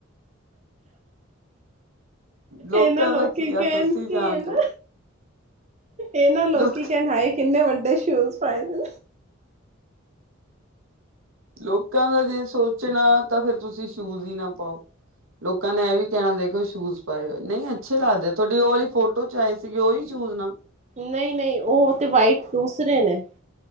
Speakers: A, on the right; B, on the right.
A: ਲੋਕਾਂ
B: ਏ ਨਾ ਲੋਕੀ
A: ਦਾ ਕੀ
B: ਕਹਿਣ
A: ਆ ਹੱਸੀ ਜਾਣ
B: ਕੀ ਏ ਨਾ
A: ਦੋ
B: ਏ ਨਾ ਲੋਕੀ
A: ਲੋਕ
B: ਕਹਨ ਹਾਏ ਕਿੰਨੇ ਵੱਡੇ ਸ਼ੂਜ ਪਾਏ ਦੇਨ।
A: ਲੋਕਾਂ ਦਾ ਜੇ ਸੋਚਣਾ ਤਾਂ ਫੇਰ ਤੁਸੀਂ ਸ਼ੂਜ ਈ ਨਾ ਪਾਓ। ਲੋਕਾਂ ਨੇ ਐ ਵੀ ਕਹਣਾ ਦੇਖੋ ਸ਼ੂਜ ਨਹੀਂ ਅੱਛੇ ਲੱਗਦੇ ਤੁਆਡੀ ਉਹ ਵਾਲੀ ਫੋਟੋ ਚ ਆਏ ਸੀਗੇ ਓਈ ਸੂ਼ਜ ਨਾ
B: ਨਈ-ਨਈ ਓ ਤੇ ਵਾਈਟ ਦੂਸਰੇ ਨੇ